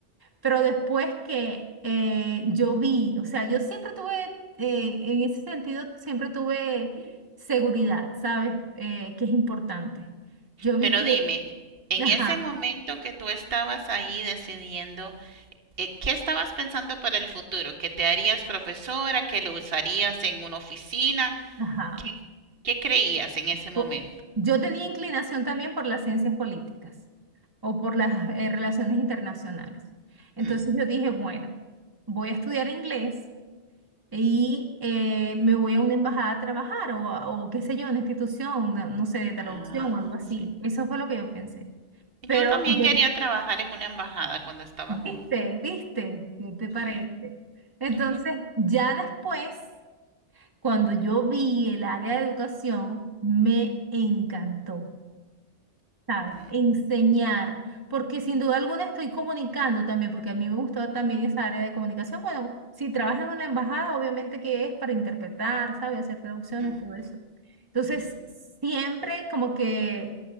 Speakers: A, on the right (about 20°); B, on the right (about 55°).
A: Pero después que eh, yo vi, o sea, yo siempre tuve, eh, en ese sentido, siempre tuve seguridad, ¿sabes? Eh, que es importante. Yo vi
B: Pero
A: que...
B: dime, en
A: Ajá.
B: ese momento que tú estabas ahí decidiendo, eh, ¿qué estabas pensando para el futuro? ¿Que te harías profesora? ¿Que lo usarías en una oficina?
A: Ajá.
B: ¿Qué, qué creías en ese momento?
A: Po- Yo tenía inclinación también por las ciencias políticas o por las eh, relaciones internacionales. Entonces
B: Mm,
A: yo dije, bueno, voy a estudiar inglés y eh, me voy a una embajada a trabajar o, a- o qué sé yo, una institución, no, no sé, de traducción
B: Ah,
A: o algo así.
B: sí.
A: Eso fue lo que yo pensé.
B: Yo
A: Pero,
B: también
A: de-
B: quería trabajar en una embajada cuando estaba
A: viste,
B: joven.
A: viste, ¿qué te parece?
B: Sí.
A: Entonces,
B: <laughs>
A: ya después, cuando yo vi el área de educación, me encantó. ¿sabes?
B: <laughs>
A: Enseñar, porque sin duda alguna estoy comunicando también, porque a mí me gustó también esa área de comunicación. Bueno, si trabajas en la embajada, obviamente que es para interpretar, ¿sabes? Hacer traducciones,
B: Ujú,
A: todo eso. Entonces,
B: ujú,
A: siempre como que